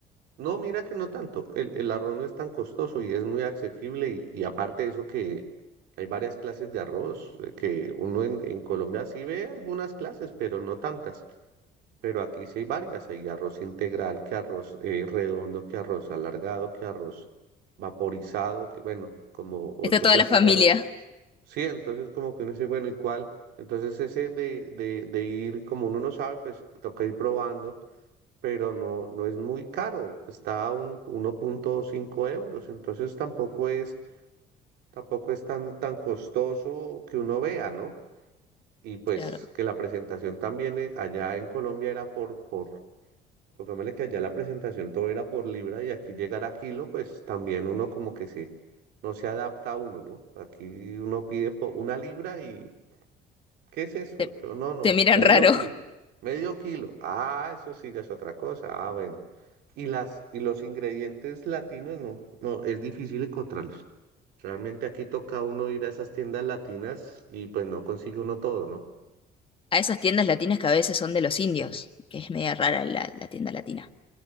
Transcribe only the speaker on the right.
No, mira que no tanto. El, el arroz no es tan costoso y es muy asequible. Y, y aparte de eso que hay varias clases de arroz, eh, que uno en, en Colombia sí ve algunas clases, pero no tantas. Pero aquí sí hay varias. Hay arroz integral, que arroz eh, redondo, que arroz alargado, que arroz vaporizado, que bueno, como ocho
clases
de arroz. Sí, entonces como que uno dice, bueno, ¿y cuál? Entonces ese de, de, de ir, como uno no sabe, pues toca ir probando pero no, no es muy caro, está a un, uno punto cinco euros, entonces tampoco es, tampoco es tan, tan costoso que uno vea, ¿no? Y pues
que la presentación también eh, allá en Colombia era por, por, pongámosle que allá la presentación todo era por libra y aquí llegar a kilo, pues también uno como que se, no se adapta a uno, ¿no? Aquí uno pide po- una libra y ¿Qué es eso?
Yo, No, no,
medio
kilo. Medio kilo. Ah, eso sí, ya es otra cosa. Ah, bueno. Y las, y los ingredientes latinos, no, no, es difícil encontrarlos. Realmente aquí toca uno ir a esas tiendas latinas y pues no consigue uno todo, ¿no?